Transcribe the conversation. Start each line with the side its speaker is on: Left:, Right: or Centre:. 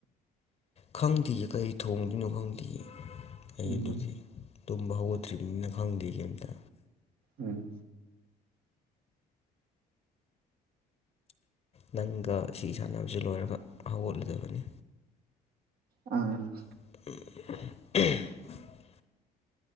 Left: ꯈꯪꯗꯤꯌꯦ ꯀꯔꯤ ꯊꯣꯡꯗꯣꯏꯅꯣ ꯈꯪꯗꯤꯌꯦ ꯑꯩ
Right: ꯎꯝ
Left: ꯑꯗꯨꯗꯤ ꯇꯨꯝꯕ ꯍꯧꯒꯠꯇ꯭ꯔꯤꯕꯅꯤꯅ ꯈꯪꯗꯦ ꯀꯩꯝꯇ
Right: ꯎꯝ
Left: ꯅꯪꯒ ꯑꯁꯤ ꯁꯥꯟꯅꯕꯁꯤ ꯂꯣꯏꯔꯒ ꯍꯧꯒꯠꯂꯗꯕꯅꯤ
Right: ꯑꯝ
Left: <unintelligible>